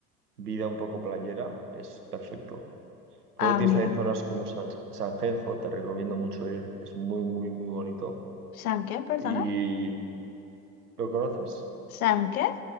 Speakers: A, on the right; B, on the left.
A: vida un poco playera, es perfecto.
B: ah,
A: Luego tienes
B: mira.
A: también zonas como San, Sanjenjo, te recomiendo mucho ir, es muy, muy, muy bonito.
B: ¿San qué, perdona?
A: ¿Y lo conoces?
B: ¿San qué?